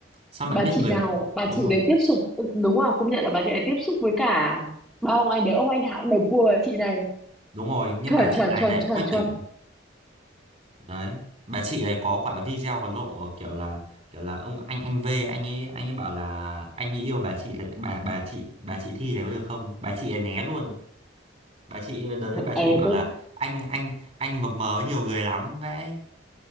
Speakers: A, on the right (about 35°); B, in the centre.
A: xong
B: bà
A: bạn biết
B: chị
A: người
B: nào bà
A: đúng
B: chị
A: rồi
B: đấy tiếp xúc đúng là công nhận là bà chị ấy tiếp xúc với cả ba ông anh đấy ông anh nào cũng đều cua chị này
A: đúng rồi nhưng
B: chuẩn
A: bà chị
B: chuẩn
A: này
B: chuẩn
A: lại
B: chuẩn
A: quách
B: chuẩn
A: tỉnh đấy bà chị này có quả video còn lộ kiểu là kiểu là ông anh anh V anh ấy anh ấy bảo là anh ấy yêu bà chị này bà bà chị bà chị Thi này có được không bà chị ấy né luôn bà chị đợt đấy bà chị
B: ờ
A: bảo
B: tôi
A: là anh anh anh mập mờ nhiều người lắm vậy